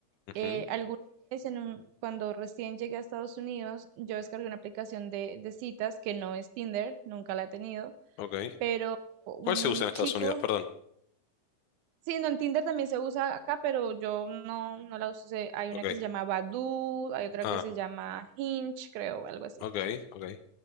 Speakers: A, on the left; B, on the right.
A: ujú,
B: eh, alguna vez en un- cuando recién llegué a Estados Unidos, yo descargué una aplicación de, de citas que no es Tinder, nunca la he tenido,
A: ok.
B: pero un
A: ¿Cuál se usa en Estados
B: chico,
A: Unidos? Perdón.
B: sí, no, en Tinder también se usa acá, pero yo no, no la uso. se- Hay
A: Ok.
B: una que se llama Badoo, hay otra
A: Ah,
B: que se llama Hinge, creo, algo así.
A: ok, ok.